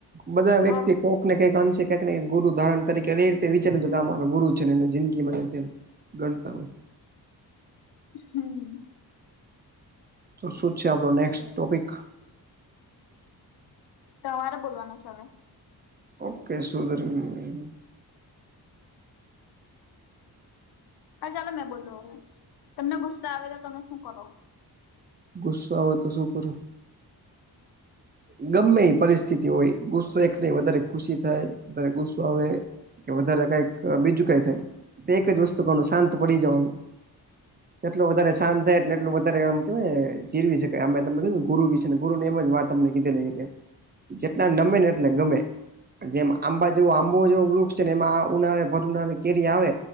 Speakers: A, on the right; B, on the left.
A: બધા
B: તો
A: વ્યક્તિ કોક ક કઈકંશે કક ગુ ધારણરીકે એ રીતે વિચાર કે અ મારોુરુ ને એને જિંદગીમાં ગણતા હોય
B: હમ
A: તો શું છે આપણો નેક્સ્ટ ટોપિક
B: તમારે બોલવાનું છે હવે
A: ઓકે સો <inaudible>
B: અરે ચાલો મેં બોલું હવે તમને ગુસ્સા આવે તો તમે શું કરો
A: ગુસ્સો આવે તો શું કરું ગમે એ પરિસ્થિતિ હોય ગુસ્સો એક નહી વધારે ખુશી થાય ત્યારે ગુસ્સો આવે કે વધારે કઈક બીજું કઈ થાય તે એક જ વસ્તુ કરવાનું શાંત પડી જવાનું એટલું વધારે શાંત થાય એટલું વધારે એમ કેવાય જીવી શકે અમે તમે કીધું ગુરુ વિ છેશે ગુરુની એમ વાત તમને કીધે લઈ કે જેટલા નમે ને એટલે ગમે જેમ આંબા જેવો આંબો જેવો વૃક્ષ છે ને એમાં ઉનાળે ભર ઉનાળે કેરી આવે